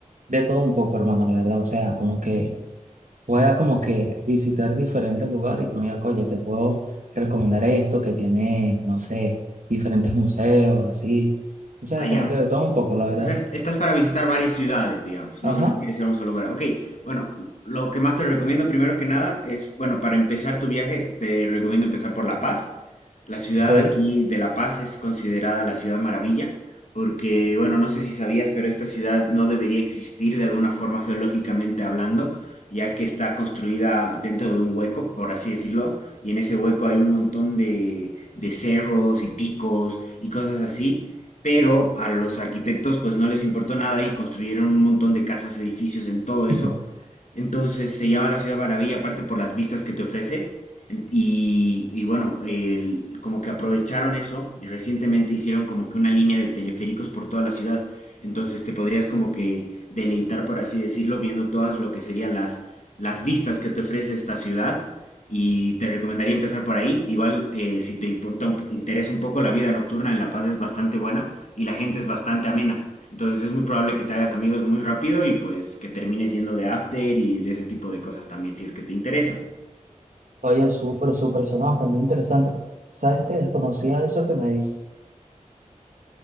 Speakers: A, on the right (about 75°); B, on the left (about 65°).
A: De todo un poco, hermano, la verdad, o sea, como que pueda como que visitar diferentes lugares y tú me digas, oye, te puedo recomendar esto que tiene, no sé, diferentes museos, así. O sea,
B: allá.
A: como que de todo un poco, la verdad.
B: O sea, est- estás para visitar varias ciudades, digamos,
A: Ajá,
B: no, no quieres ir a un solo lugar. Ok, bueno, lo que más te recomiendo, primero que nada, es, bueno, para empezar tu viaje, te recomiendo empezar por La Paz. La ciudad
A: ok.
B: aquí de La Paz es considerada la ciudad maravilla, porque, bueno, no sé si sabías, pero esta ciudad no debería existir de alguna forma geológicamente hablando, ya que está construida dentro de un hueco, por así decirlo, y en ese hueco hay un montón de, de cerros y picos y cosas así pero a los arquitectos pues no les importó nada y construyeron un montón de casas, edificios en todo eso,
A: <laughs>
B: entonces se llama la Ciudad Maravilla, aparte por las vistas que te ofrece. En- Y, y bueno, el- como que aprovecharon eso y recientemente hicieron como que una línea de teleféricos por toda la ciudad. Entonces te podrías como que deleitar, por así decirlo, viendo todas lo que serían las, las vistas que te ofrece esta ciudad. Y te recomendaría empezar por ahí. Igual, eh, si te importa un po- interesa un poco la vida nocturna en La Paz es bastante buena y la gente es bastante amena. Entonces es muy probable que te hagas amigos muy rápido y pues que termines yendo de after y de ese tipo de cosas también si es que te interesa.
A: Oye, súper, súper sonado, bastante interesante. ¿Sabes qué? Desconocía eso que me dices.